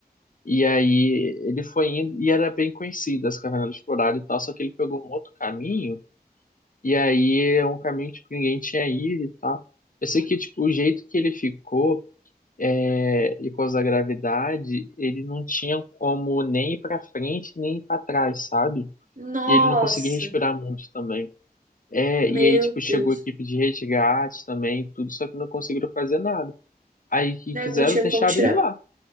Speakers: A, on the left; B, on the right.
A: e aí ele foi indo, e era bem conhecida essa caverna era explorada e tal, só que ele pegou um outro caminho, e aí é um caminho tipo, que ninguém tinha ido e tal. Eu sei que, tipo, o jeito que ele ficou, é, e por causa da gravidade, ele não tinha como nem ir pra frente, nem ir pra trás, sabe?
B: Nossa,
A: E ele não conseguia respirar muito também. É,
B: meu
A: e aí, tipo, chegou
B: Deus.
A: a equipe de resgate também, tudo, só que não conseguiram fazer nada. Aí, o que
B: Né,
A: fizeram?
B: Não tinha
A: Deixaram
B: como tirar.
A: ele lá.